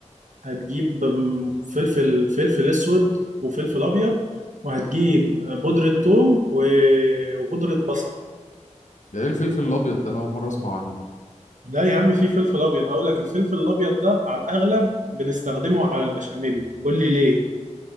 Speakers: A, on the right; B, on the left.
A: هتجيب آم، فلفل فلفل اسود وفلفل ابيض وهتجيب آه، بودره ثوم و- وبودره بصل
B: ده ايه الفلفل الابيض ده انا اول مره اسمع عنه
A: لا يا عم في فلفل ابيض هقول لك الفلفل الابيض ده على الاغلب بنستخدمه على البشاميل قول لي ليه